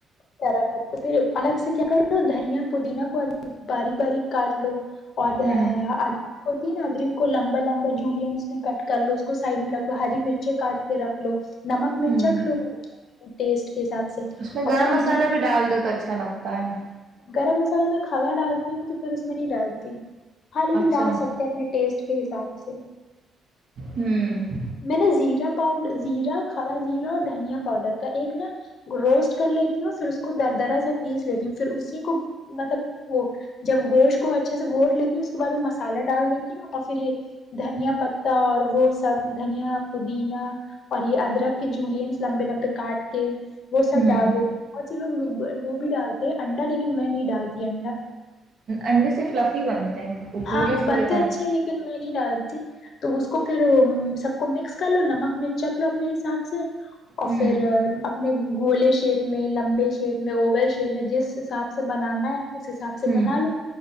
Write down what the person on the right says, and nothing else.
ہوں
ہوں
اس میں گرم
مسالہ
بھی ڈال دو تو اچھا لگتا <unintelligible> ہے <unintelligible>
اچھا
ہوں
ہوں <unintelligible>
ہوں
انڈے سے فلفی بن <unintelligible> پھولے
پھولے
ہوں
ہوں